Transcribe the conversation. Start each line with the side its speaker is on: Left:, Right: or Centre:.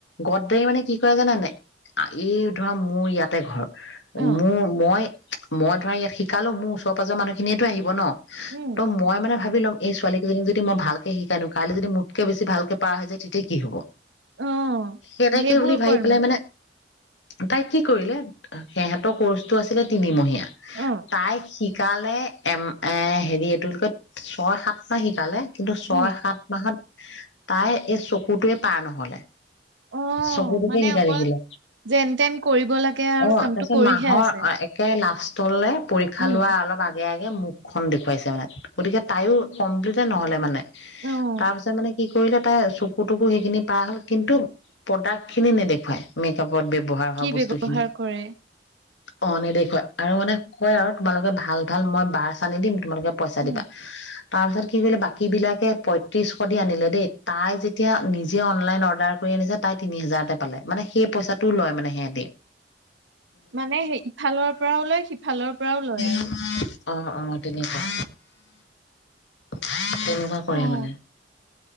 Left: গদ্দাৰি মানে কি কৰে জানা নাই, <unintelligible> এই ধৰা মোৰ ইয়াতে ঘৰ
Right: অ',
Left: মোৰ - মই - মই ধৰা ইয়া শিকালো মোৰ ওচৰ পাজৰ মানুহখিনিয়েতো আহিব ন।
Right: উম,
Left: ত' মই মানে ভাবি লম এই ছোৱালী কেইজনীক যদি মই ভালকে শিকাই দিওঁ, কাইলৈ যদি মোতকে বেছি ভালকে পাৰা হৈ যায়, তেতিয়া কি হব?
Right: অ',
Left: সেনেকে
Right: সেইবোৰ
Left: বুলি ভাবি
Right: কৰ
Left: পেলাই মানে তাই কি কৰিলে সেহেতৰ কৰ্চটো আছিলে তিনিমহীয়া
Right: অ'।
Left: তাইক শিকালে এম এ হেৰি এইটো <unintelligible> ছয় সাত শিকালে। কিন্তু ছয়
Right: উম,
Left: সাত মাহত তাইৰ এই চকুটোৱে পাৰ নহলে।
Right: অ',
Left: চকুটোকে
Right: মানে
Left: শিকাই
Right: অকল
Left: থাকিলে।
Right: যেন তেন কৰিব লাগে আৰু
Left: অ',
Right: কামটো
Left: তাৰপিছত
Right: কৰিহে
Left: মাহৰ
Right: আছে।
Left: একে লাষ্ট <unintelligible> পৰীক্ষা
Right: উম,
Left: লোৱা অলপ আগে আগে এ মুখখন দেখুৱাইছে মানে গতিকে তায়ো কমপ্লিটে নহলে মানে।
Right: অ',
Left: তাৰ পিছত মানে কি কৰিলে তাই চকু তকু সেইখিনি পাৰ হ'ল, কিন্তু প্ৰডাক্ট খিনি নেদেখুৱাই মেকআপ <unintelligible> ব্যৱহাৰ হোৱা
Right: কি
Left: বস্তুখিনি।
Right: ব্যৱহাৰ কৰে
Left: অ' নেদেখুৱাই আৰু মানে কয় আৰু তোমালোকে ভাল ভাল মই ব্ৰাছ আনি দিম। তোমালোকে পইচা
Right: উম,
Left: দিবা। তাৰপিছত কি কৰিলে বাকী বিলাকে পঁইত্ৰিছ শ দি আনিলে দেই। তাই যেতিয়া নিজে অনলাইন অৰ্ডাৰ কৰি আনিছে, তাই তিনি হাজাৰতে পালে। মানে সেই পইচাটোও লয় মানে সেহেটি।
Right: মানে সেই ইফালৰ পৰাও লয় সিফালৰ পৰাও লয় আৰু
Left: <inaudible> অ' অ' তেনেকুৱা, তেনেকুৱা
Right: অ',
Left: কৰে মানে।